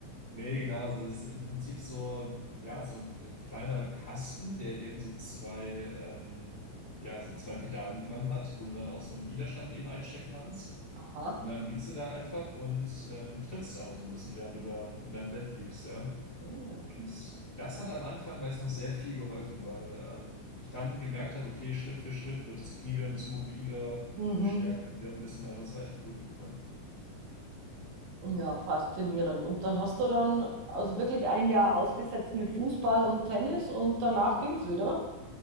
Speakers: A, on the left; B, on the right.
A: Nee, genau, also das ist im Prinzip so, ja, so ein kleiner Kasten, der eben so zwei, ähm, ja, so zwei Pedalen dran hat, wo du dann auch so einen Widerstand eben einstellen kannst.
B: Aha.
A: Und dann liegst du da einfach und ähm, trittst einfach so ein bisschen, während du da in deinem Bett liegst, ja.
B: Ah.
A: Und das hat am Anfang, weiß ich noch, sehr viel geholfen, weil ähm, ich dann gemerkt habe, okay, Schritt für Schritt wird das Knie wieder ein bisschen mobiler,
B: Mhm.
A: stärker wieder ein bisschen, also das war echt cool, ja, genau.
B: Ja, faszinierend. Und dann hast du dann also wirklich ein Jahr ausgesetzt mit Fußball und Tennis und danach ging es wieder.